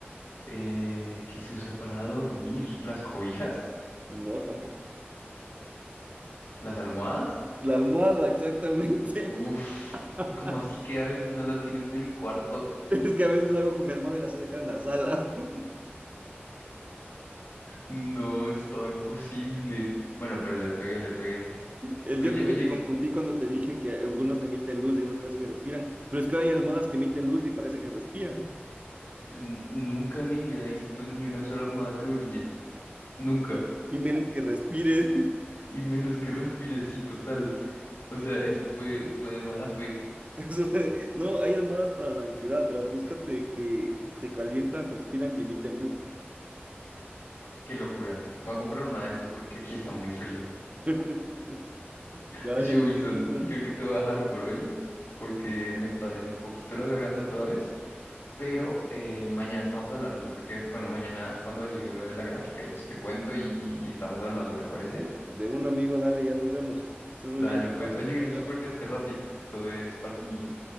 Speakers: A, on the left; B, on the right.
A: Eh, ¿qué se usa para dormir? ¿Las cobijas?
B: No, tampoco.
A: ¿Las almohadas?
B: La almohada, exactamente.
A: Uf.
B: <laughs>
A: Y como así que a veces no la tienes en el cuarto.
B: Es que a veces hago con mi almohada y la sé dejar en la sala. <laughs>
A: No, estaba imposible. Bueno, pero le pegué, le pegué.
B: El-
A: Oye,
B: Yo creo
A: oye,
B: que te confundí cuando te dije que algunos emiten luz y algunos parece que respiran, pero es que ahora hay almohadas que emiten luz y parece que respiran,
A: N- nunca me había visto ni una sola almohada que brille. Nunca.
B: y menos que respiren.
A: Y menos que respire, sí, total. O sea, eso fue, fue de mala fe.
B: <laughs> No, hay almohadas para la ansiedad, las búscate que se calientan, respiran y emiten luz.
A: Qué locura. Me voy a comprar una de esas porque aquí está muy frío.
B: <laughs> Dale,
A: Oye,
B: amigo
A: Wilson,
B: Nico.
A: creo que te voy a dejar por hoy porque me está doliendo un poquito la garganta otra vez. Pero eh, mañana estamos hablando. Yo creo que, bueno, mañana cuando llegue lo de la gráfica, yo te cuento y, y estamos hablando, ¿te parece?
B: De un amigo, dale, ya nos vemos. Que estés muy
A: Dale,
B: bien. descansa,
A: pues. Oye,
B: Chao,
A: gracias
B: chao.
A: por este ratito de esparcimiento.